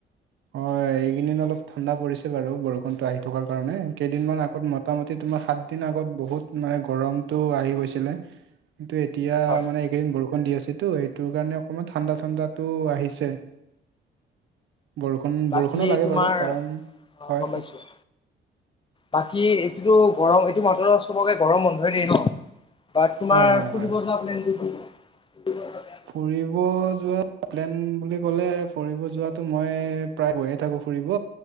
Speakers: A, on the right; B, on the left.
A: হয় এইকেইদিন অলপ ঠাণ্ডা পৰিছে বাৰু বৰষুণতো আহি- থকাৰ কাৰণে কেইদিন মান আগত মোটামুটি তোমাৰ সাত দিন আগত বহুত- মানে গৰমতটো আহি গৈছিলে, কিন্তু এতিয়া
B: হয়
A: মানে- এইকেইদিন বৰষুণ দি আছে টো এইটোৰ কাৰণে অকণমান ঠাণ্ডাঠণ্ডাতটো আহিছে। বৰষুণ
B: বাকী
A: বৰষুণো লাগে
B: তোমাৰ
A: বাৰু কাৰণ
B: অ
A: হয়
B: গ
A: কওক।
B: পাইছো। বাকী এইটোতো গৰম এইটো মাত্ৰ চবকে গৰম বন্ধয়ে দিয়ে ন। বা তোমাৰ
A: হয় হয়
B: ফুৰিব
A: হয়
B: যোৱা প্লেনটো কি? ফুৰিব যোৱা প্লেন-
A: ফুৰিব যোৱা প্লেন বুলি ক'লে ফুৰিব যোৱাতটো মই- প্ৰায় বয়ে থাকো ফুৰিব